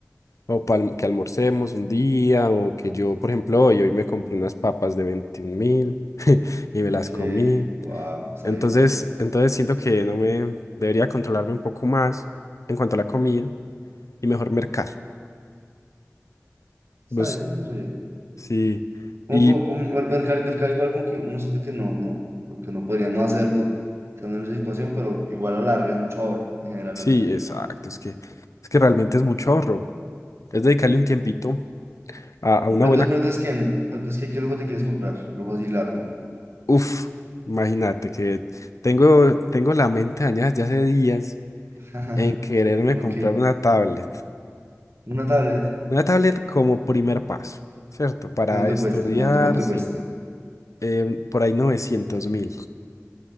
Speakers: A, on the left; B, on the right.
A: o para que almorcemos un día o que yo, por ejemplo, hoy, hoy me compré unas papas de veintiún mil <laughs> y me
B: Ok,
A: las comí,
B: wow, está
A: entonces,
B: bien, está bien,
A: entonces siento que no me debería controlarme un poco más en cuanto a la comida y mejor mercar, pues
B: está bien, está bien.
A: sí.
B: Como,
A: Y
B: como, como el mercado, mercado igual como que uno siente que no, no, como que no podría no hacerlo estando en esa situación, pero igual a la larga es mucho ahorro en general
A: Sí,
B: mercado.
A: exacto. Es que, es que realmente es mucho ahorro. Es dedicarle un tiempito a, a
B: Y
A: una
B: pero
A: buena.
B: entonces, pero entonces, ¿qué, pero entonces, ¿qué, qué lujo te quieres comprar? Lujo así largo.
A: Uf, imagínate que tengo, tengo la mente dañada ya hace días
B: <laughs>
A: en quererme
B: ¿Con
A: comprar
B: qué?
A: una tablet.
B: ¿Una tablet?
A: Una tablet como primer paso, ¿cierto? Para
B: ¿Cuánto
A: estudiar,
B: te cuesta? ¿Cuánto, cuánto
A: sí.
B: te cuesta?
A: Eh, por ahí novecientos mil.